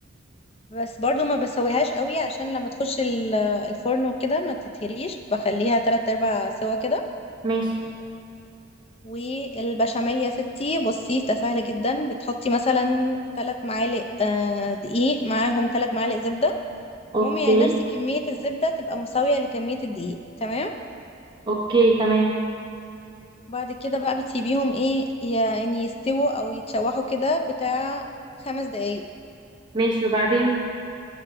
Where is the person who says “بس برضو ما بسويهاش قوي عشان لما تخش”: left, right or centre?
Left